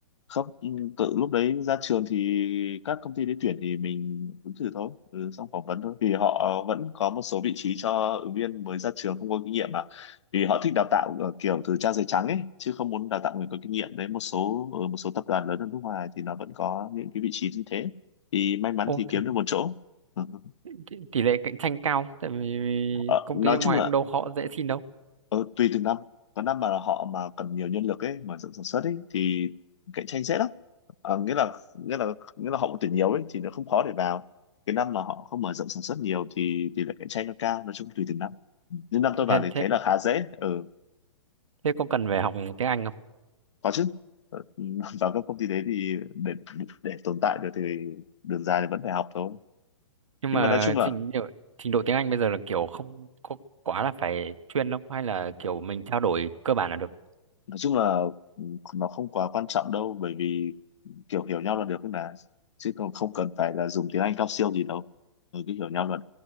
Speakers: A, on the left (about 65°); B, on the right (about 85°).
A: không ừ, tự lúc đấy ra trường thì các công ty đấy tuyển thì mình ứng thử thôi ừ, xong phỏng vấn thôi vì họ vẫn có một số vị trí cho ứng viên mới ra trường không có kinh nghiệm mà vì họ thích đào tạo ở kiểu từ trang giấy trắng ấy chứ không muốn đào tạo người có kinh nghiệm đấy một số ở một số tập đoàn lớn ở nước ngoài thì nó vẫn có những cái vị trí như thế thì may mắn
B: Ô,
A: thì kiếm được một chỗ <laughs>
B: tỷ tỷ lệ cạnh tranh cao tại vì
A: Ờ,
B: công
A: nói
B: ty nước ngoài
A: chung là
B: cũng đâu khó dễ xin đâu
A: Ờ, tùy từng năm có năm mà họ mà cần nhiều nhân lực ấy mở rộng sản xuất ấy thì cạnh tranh dễ lắm à, nghĩa là nghĩa là nghĩa là họ cũng tuyển nhiều ấy thì nó không khó để vào cái năm mà họ không mở rộng sản xuất nhiều thì tỷ lệ cạnh tranh nó cao nói chung tùy từng năm nhưng năm tôi vào
B: thế
A: thì
B: thế
A: thấy là khá dễ ừ,
B: thế có cần phải học tiếng Anh không
A: có chứ Ờ, <laughs> vào các công ty đấy thì để để tồn tại được thì đường dài thì vẫn phải học thôi
B: nhưng
A: nhưng
B: mà
A: mà nói chung là
B: trình độ trình độ tiếng Anh bây giờ là kiểu không có quá là phải chuyên đâu hay là kiểu mình trao đổi cơ bản là được
A: nói chung là ừ, nó không quá quan trọng đâu bởi vì kiểu hiểu nhau là được ấy mà chứ còn không cần phải là dùng tiếng Anh cao siêu gì đâu ừ, cứ hiểu nhau là